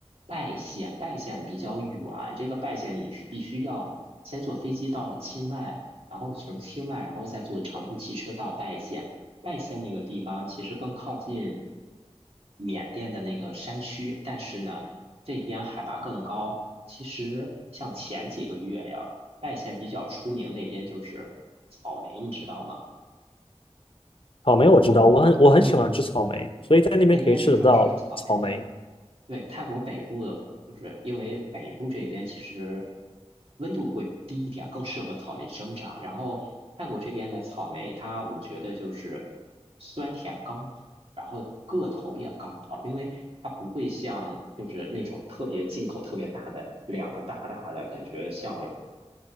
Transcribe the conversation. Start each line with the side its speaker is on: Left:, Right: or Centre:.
Right: 拜县，拜县比较远，这个拜县你是必须要先坐飞机到了清迈，然后从清迈，然后再坐长途汽车到拜县。拜县那个地方其实更靠近缅甸的那个山区，但是呢，这边海拔更高。其实像前几个月呀。外县比较出名，那边就是草莓，你知道吗？
Left: 草莓我知道，我很我很喜欢吃草莓，
Right: 对
Left: 所以在那边可以吃得到草莓，
Right: 对，那边是种植草莓的。对，泰国北部的，就是因为北部这边其实温度会低一点，更适合草莓生长。然后泰国这边的草莓，它我觉得就是酸甜刚好，然后个头也刚好，因为它不会像就是那种特别进口特别大的两个大大的感觉像，